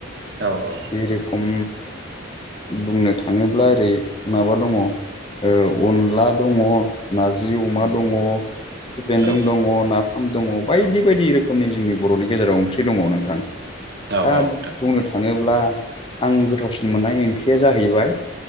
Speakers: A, on the right; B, on the left.
A: औ औ
B: जेरै खम बुंनो थाङोब्ला ओरै माबा दङ ओ अनला दङ, नारजि अमा
A: उम
B: दङ, खिफि बेन्दों
A: औ
B: दङ, नाफाम दङ बायदि
A: औ
B: बायदि रोखोमनि जोंनि बर'नि गेजेराव ओंख्रि दङ नोंथां।
A: औ
B: दा
A: औ नोंथां
B: बुंनो थाङो ब्ला आं गोथावसिन मोननाय ओंख्रिया जाहैबाय